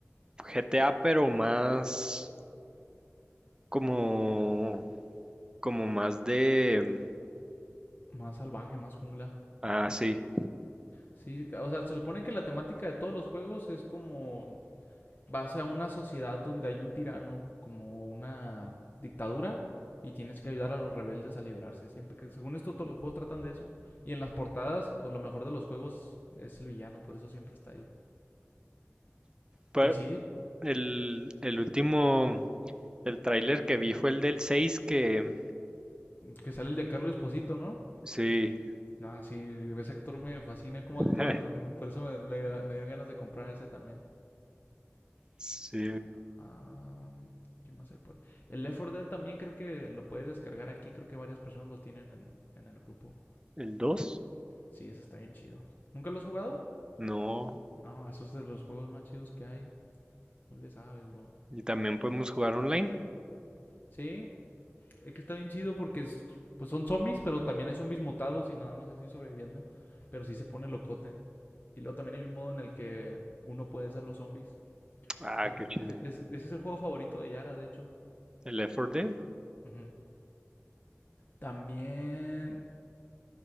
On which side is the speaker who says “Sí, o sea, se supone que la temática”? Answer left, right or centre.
Left